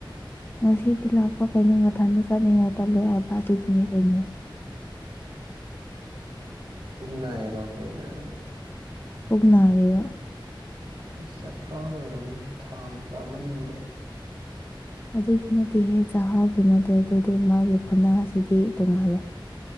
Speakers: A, on the left (about 25°); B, on the right (about 70°).
A: ꯉꯁꯤꯗꯤ ꯂꯥꯛꯄ ꯀꯩꯅꯣ ꯃꯊꯟꯗ ꯆꯠꯅꯤꯡꯉꯥꯏ ꯇꯜꯂꯦ ꯍꯥꯏꯕ ꯑꯗꯨꯒꯤꯅꯦ ꯀꯩꯅꯣ
B: ꯄꯨꯛ ꯅꯔꯤꯔꯣ ꯀꯩ ꯅꯥꯏꯅꯣ
A: ꯄꯨꯛ ꯅꯥꯔꯤꯕ
B: ꯑꯁ ꯆꯈꯥꯎ ꯅ ꯑꯣꯏꯔꯝꯒꯅꯤ ꯊꯥꯎ ꯆꯥꯃꯟꯕꯩ
A: ꯑꯗꯨꯒꯤꯅꯇꯤꯍꯦ ꯆꯥꯛꯍꯥꯎꯒꯤ ꯅꯠꯇꯦ ꯑꯗꯨꯗꯤ ꯃꯥꯒꯤ ꯈꯨꯣꯟꯅꯥꯁꯤꯗꯤ ꯇꯣꯡꯉꯥꯜꯂꯦ